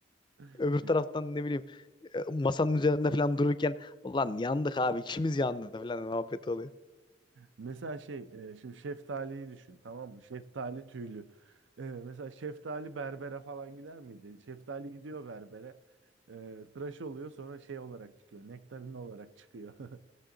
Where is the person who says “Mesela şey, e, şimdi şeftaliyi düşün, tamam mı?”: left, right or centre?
Right